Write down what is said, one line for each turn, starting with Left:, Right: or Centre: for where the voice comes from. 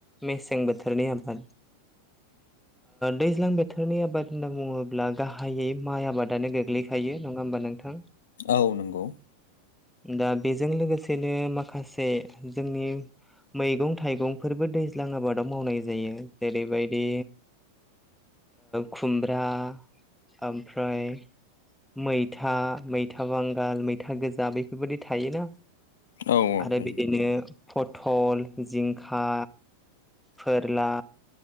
Centre: मेसें बोथोरनि आबाद दैज्लां बोथोरनि आबाद होनना बुङोब्ला गाहायै माइ आबादानो गोग्लै थायो नङा होमबा नोंथां?
Left: औ नंगौ
Centre: दा बेजों लोगोसेनो माखासे जोंनि मैगं थाइगंफोरबो दैज्लां आबादाव मावनाय जायो जेरैबायदि खुमब्रा ओमफ्राय मैथा मैथा बांगाल मैथा था गोजा बेफोरबायदि थायोना
Left: औ औ
Centre: आरो
Left: थायो
Centre: बिदिनो पथल जिंखा फोरला